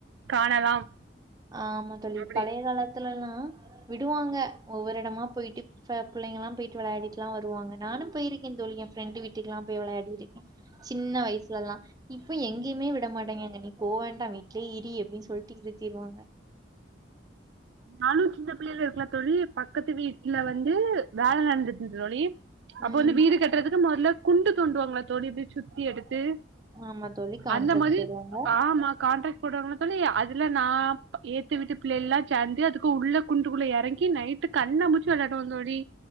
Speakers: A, on the right; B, on the right.
A: காணலாம்
B: அ ஆமா தோழி
A: அப்டி
B: பழைய காலத்துல லா விடுவாங்க ஒவ்வொரு எடமா போயிட்டு ப பிள்ளைங்கல்லா போயிட்டு வெளையாடிட்டுலா வருவாங்க நானு பேயிருக்கே தோழி என் ஃப்ரெண்டு வீட்டுக்குல்லா பேய் வெளையாடிருக்கே சின்ன வயிசுல எல்லா இப்ப எங்கயுமே விட மாட்டேங்காங்க அங்க நீ போவேண்டாம் வீட்லயே இரு அப்டின்னு சொல்ட்டு நிறுத்திருவாங்க
A: நானு சின்ன பிள்ளைகள் இருக்கலா தோழி பக்கத்து வீட்டுல வந்து வேல நடந்துது தோழி அப்ப
B: ம்
A: வந்து வீடு கட்டுறதுக்கு மொதல்ல குண்டு தோண்டுவாங்களா தோழி இப்டி சுத்தி எடுத்து
B: ஆமா தோழி கான்ட்ராக்ட்
A: அந்த மாதிரி
B: போடுவாங்க
A: ஆமா கான்ட்ரக்ட் போடுவாங்கலா தோழி அதுல நா எதுத்த வீட்டு பிள்ளை எல்லா சேந்து அதுக்கு உள்ள குண்டுக்குள்ள எறங்கி நைட்டு கண்ணாம்பூச்சி வெளையாடுவோ தோழி